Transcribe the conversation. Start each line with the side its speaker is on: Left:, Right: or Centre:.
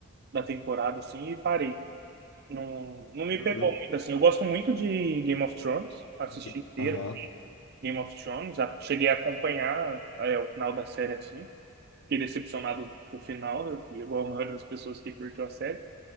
Right: da temporada assim e parei. Não, não me
Left: Uhum.
Right: pegou muito assim. Eu gosto muito de Game of Thrones, assisti
Left: De quê?
Right: inteiro
Left: Aham,
Right: Game of Thrones, a- cheguei a acompanhar é, o final da série assim. Fiquei decepcionado com o final, igual a maioria das pessoas que curtiu a série.